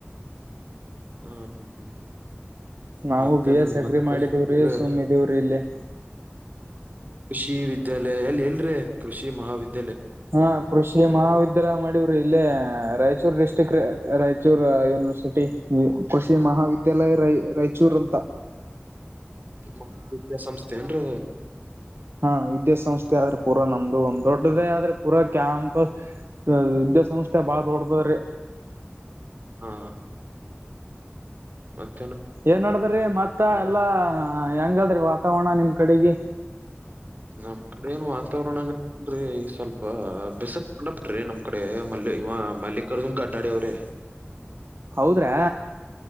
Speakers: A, on the right; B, on the right.
A: ಹ ಹ ಹ
B: ನಾವು
A: ಹ ಮತ್ತೆನ
B: ಬಿ ಎಸ್ ಅಗ್ರಿ
A: ಮತ್ತೆ
B: ಮಾಡಿದಿವ್ರಿ
A: ಇದೆ
B: ಸುಮ್ ಇದೀವ್ರಿ ಇಲ್ಲಿ
A: ಕೃಷಿ ವಿದ್ಯಾಲಯ ಎಲ್ಲಿ ಎಲ್ರೇ ಕೃಷಿ ಮಹಾವಿದ್ಯ
B: ಹಾ ಕೃಷಿ ಮಹಾವಿದ್ಯಾಲಯ ಮಾಡವ್ರಿ ಇಲ್ಲೇ ರಾಯಚೂರು ಡಿಸ್ಟ್ರಿಕ್ಟ್ ರಾಯಚೂರ್ ಯೂನಿವರ್ಸಿಟಿ ಕೃಷಿ ಮಹಾವಿದ್ಯಾಲಯ ರಾಯ ರಾಯಚೂರು ಅಂತ
A: ಮಹ ವಿದ್ಯಾಾಸಂಸ್ಥೆ ಎಂದ್ರಿ ಅದು
B: ಹಾ ವಿದ್ಯಾಸ ಸಂಸ್ಥೆ ಆದ್ರೆ ಪೂರಾ ನಮ್ದು ಒಂದ್ ದೊಡ್ಡ ದಡದೇ ಆದ್ರೆ ಪೂರಾ ಕ್ಯಾಂಪಸ್ ವಿದ್ಯಾಸಂಸ್ಥೆ ಬಾಳ ದೊಡ್ಡು ಅದರಿ
A: ಹಾ ಮತ್
B: ಏನ್ ಮಾಡದದ್ರಿ ಮತ್ತ ಎಲ್ಲಾ ಹೆಂಗಾದ್ರಿ ವಾತಾವರಣ ನಿಮ್ ಕಡೆಗೆ
A: ನಮ್ ಕಡೆ ಏನು ವಾತಾವರಣ ಸ್ವಲ್ಪ ಬಿಸ ಬಿಟ್ರಿ ನಮ್ ಕಡೆ ಮಲ್ಲಿ ಇವ ಮಲ್ಲಿಕಾರ್ಜು ಗಡ್ಡಾಡಿ ಅವ್ರೆ
B: ಹೌದ್ರಾ